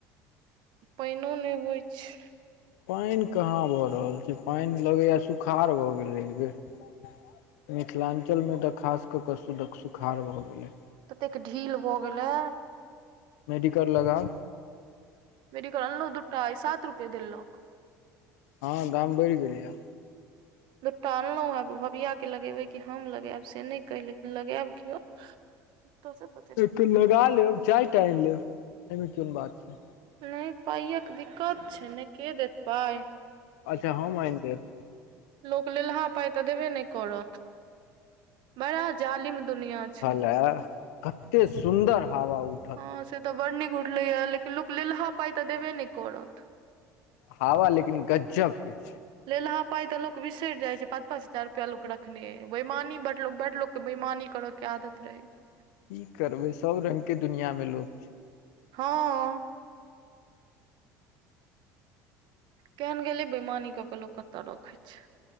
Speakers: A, on the right (about 60°); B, on the left (about 75°).
A: पैनो नै होय छै।
B: पैन कहाँ भऽ रहल छै, पैन लगैये सुखाड़ भऽ गेलै ऐय बेर। मिथिलांचल मे तऽ खास ककऽ सु सुखाड़ भऽ गेलै।
A: ततेक ढील भऽ गेले।
B: मेडिकल लगाव।
A: मेेडीकल अनलौ दूटा आय सात रुपए देलक।
B: हँ दाम बैरह गेलैये।
A: दूटा अनलउहे, भबिया के लगेबै, कि हम लगेब से नै कैह लेकिन लगेब कियाे। तुलसी से
B: एकटा लगा लेब, चाय टा ऐन लेब, ऐय मे कोन बात छै।
A: नै, पायक दिक्कत छै ने, के देत पाय।
B: अच्छा हम ऐन देब।
A: लोक लेलहा पाय तऽ देबे नै करत, बड़ा जालिम दुनिया छै।
B: हे कते सुन्दर हावा उ
A: ह से तऽ बड़ नीक उठलैये, लेकिन लोक लेलहा पाय त देबे नै करत।
B: हवा लेकिन गजब के छै
A: लेलहा पाय तऽ लोक बिसैर जाय छै, पाँच- पाँच हजार रुपैया लोक रखने ऐय। बैयमानी बडलोक बडलोक के बैमानी कर के आदत रहै छै।
B: की करबै सब रंग के दुनिया में लोक छै।
A: हँ। क्यान गेलै बेैमानी कऽ क लोक कत रखै छै।